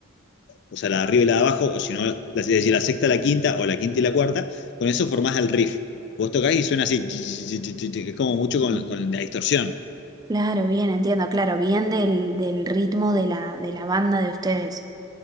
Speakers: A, on the left; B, on the right.
A: o sea, la de arriba y la de abajo, o si no, la, es decir, la sexta, la quinta, o la quinta y la cuarta, con eso formás el riff. Vos tocás y suena así, <tsk> es como mucho con,
B: Ujú.
A: con la distorsión.
B: Claro, bien, entiendo, claro, bien del, del ritmo de la, de la banda de ustedes.